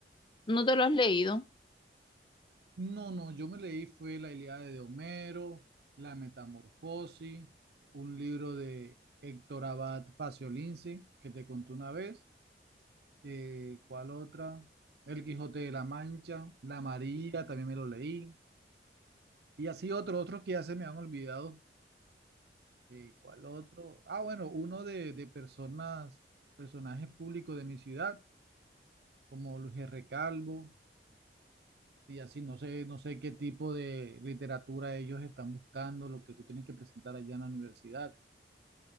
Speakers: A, on the left; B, on the right.
A: no te lo has leído.
B: No, no, yo me leí fue la Ilíada de Homero, la Metamorfosis, un libro de Héctor Abad Faciolince, que te conté una vez, eh, ¿cuál otra? El Quijote de la Mancha, La María, también me lo leí, y así otros, otros que ya se me han olvidado, eh, ¿cuál otro? Ah, bueno, uno de, de personas, personajes públicos de mi ciudad, como Luis R. Calvo, Y así no sé, no sé qué tipo de literatura ellos están buscando, lo que tú tienes que presentar allá en la universidad.